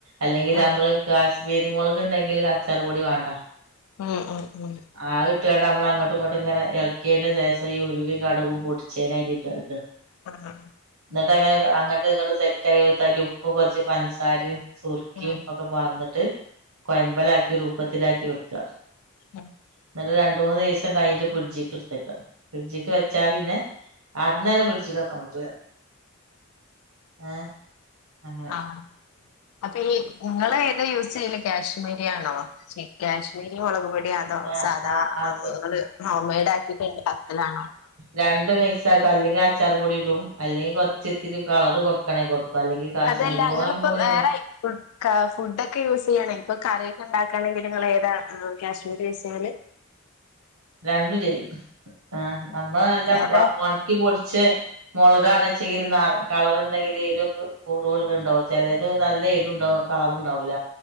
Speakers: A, on the right (about 80°); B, on the left (about 85°).
A: അല്ലെങ്കിൽ
B: ആഹ്
A: നമ്മള് കാശ്മീരി മുളക് ഉണ്ടെങ്കിൽ കച്ചാറ് പൊടി വേണ്ട
B: ഉം ഉം ഉം
A: ആഹ് ഇട്ടുകാണ്ടമ്മള് അങ്ങട്ട് അങ്ങട്ടും ഇങ്ങട്ടും ഇങ്ങനെ ഇളക്കിയന്റെ ശേഷം ഈ ഉലുവേം കടുകും പൊടിച്ചേനെ അയിലിടാ ഇടാ
B: ആഹ്
A: എന്നിട്ട് അങ്ങനെ അങ്ങട്ട് ഇങ്ങട്ട് സെറ്റ് ആയി ഒരു തരി ഉപ്പും കുറച്ച് പഞ്ചസാര സുർക്കയും
B: ഉം
A: ഒ ക്കെ പാർന്നിട്ട് കൊയമ്പലാക്കി രൂപത്തിലാക്കി വെക്കാ
B: ഉ
A: എന്നിട്ട് രണ്ട മൂന്ന് ദിവസം കഴിഞ്ഞിട്ട് ഫ്രിഡ്ജിക്ക് എടുത്തേക്ക ഫ്രിഡ്ജിക്ക് വെച്ചാ
B: ആഹ്
A: പിന്നെ അന്നന്നെ ഫ്രിഡ്ജിക്ക് വെക്കാൻ പറ്റൂല ഏ അങ്ങനെ
B: ആ അപ്പ ഈ ഇങ്ങള് ഏതാ യൂസ് ചെയ്യല് കാശ്മീരിയാണോ? <unintelligible> കാശ് മീരി മുളക് പൊടി അതോ
A: ഞാ
B: സാധാ
A: ആഹ് അത്
B: ഇങ്ങള് ഹോം മെയ്ഡ് ആക്കിയിട്ടുണ്ട് <unintelligible>
A: രണ്ട് മിക്സ് ആക്കും അല്ലെങ്കിൽ അച്ചാർ പൊടി ഇടും അല്ലെങ്കിൽ കൊർച്ച് ഇത്തിരി കളറ് കൊടുക്കണെ കൊടുക്ക അല്ലെങ്കിൽ കാശ്മീരി
B: അതല്ല
A: മൊളകാവുമ്പോ
B: ഇങ്ങള്പ്പം
A: പിന്നെ
B: വേറെ
A: മൊ
B: ഫു ക്ക ഫുഡ് ഒക്കെ യൂസ് ചെയ്യാണേ ഇപ്പൊ കറിയൊക്കെ ഇണ്ടാക്കാണെങ്കിൽ ഇങ്ങൾ ഏതാ കാശ്മീര് യൂസ് ചെയ്യല്?
A: രണ്ടും ചെയ്യും ആ നമ്മൾ നല്ല
B: ഏതാ
A: വ ഒണക്കി പൊടിച്ച് മൊളകാണേ
B: ആഹ്
A: <unintelligible> ഇണ്ടെങ്കിൽ എരുക്കെ കൂടുടു ഇണ്ടാവു ചെലേത് നല്ല എരുണ്ടാവും കളർ ഇണ്ടാവുല.